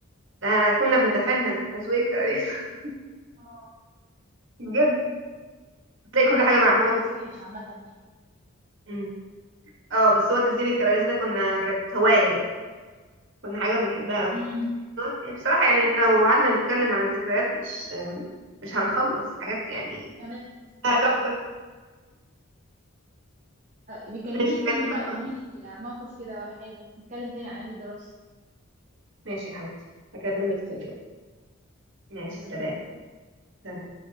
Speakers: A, on the right (about 55°); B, on the right (about 35°).
A: آه كنا بنتفنن في تزويق الكراريس <laughs>
B: اه
A: بجد تلاقي كل
B: انا
A: حاجه
B: دايما
A: معموله
B: كان خطي
A: م-
B: وحش عامه يعني
A: مم. اه بس هو تزيين الكراريس ده كنا كانت هوايه يعني كنا حاجه بنحبها قوي
B: امم
A: بصراحه يعني احنا لو قعدنا نتكلم عن الذكريات مش آم، مش هنخلص حاجات يعني
B: مش هنخلص
A: آه،
B: اه
A: تحفه
B: آه، بيكلميني
A: <laughs> ماشي كانت
B: تاني
A: مكالمة
B: بقى قولي لي على موقف كده ولا حاجة نتكلم تاني عن أيام الدراسة
A: ماشي يا حبيبتي هكلمك تاني ماشي
B: يلا
A: سلام
B: سلام
A: سلام